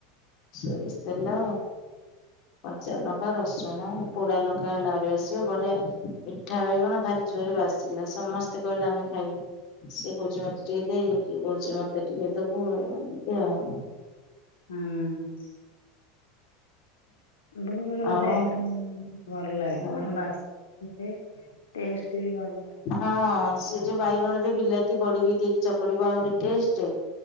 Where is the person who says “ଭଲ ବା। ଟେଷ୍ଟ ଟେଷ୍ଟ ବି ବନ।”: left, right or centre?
Left